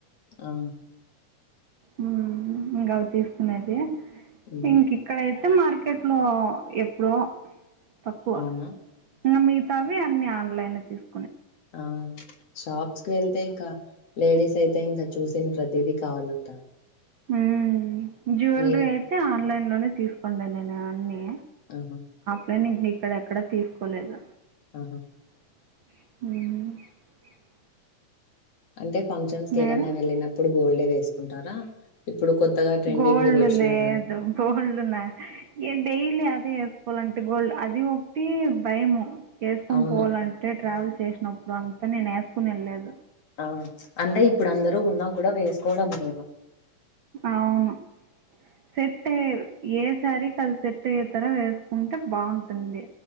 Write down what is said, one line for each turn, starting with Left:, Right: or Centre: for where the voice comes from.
Left: ఆ
Right: హ్మా ఇంకా అవి తీసుకునేది
Left: హ్మ్.
Right: ఇంక్ ఇక్కడయిత్. తే మార్కెట్లో ఎప్పుడో తక్కువ
Left: అవునా?
Right: ఇంగ మిగతా వీ అన్ని ఆన్లైన్ లో తీసు
Left: ఆవు షాప్స్ కి వెళ్తే ఇంకా లేడీస్ అయితే ఇంకా చూసిన్ ప్రతిదీ కావాలంటారు
Right: ఉమ్ జ్యువెలరీ
Left: మీరు
Right: అయితే ఆన్లైన్ లోనే తీసుకుంటా నేను అన్నీ
Left: ఆహ
Right: నేనీ ఇంక్ ఇక్కడ ఎక్కడ తీసుకోలేదు
Left: ఆహ
Right: ఉమ్
Left: అంటే ఫంక్షన్స్ కేదన్నా
Right: మీరు
Left: వెళ్ళినప్పుడు గోల్డే వేసుకుంటారా? ఇప్పుడు కొత్తగా ట్రెండింగ్
Right: గోల్డ్
Left: ఇవి వచ్చినాయి
Right: లేదు
Left: కదా!
Right: గోల్డ్ నా ఏం డైలీ అ వేసుకోవలంటే గోల్డ్ అది ఒకటి భయము వేసుకొని
Left: అవును.
Right: పోవల్లంటే ట్రావెల్ చేసినప్పుడు అంతా నేను ఏస్కునేలేదు
Left: ఆ! అంటే ఇప్పుడు అందరూ ఉన్నా కూడా వేసుకోవడం లేదు
Right: అవును సెట్ అయ్యే ఏసారి కది సెట్ అయ్యే తర వేసుకుంటే బాగుంటుంది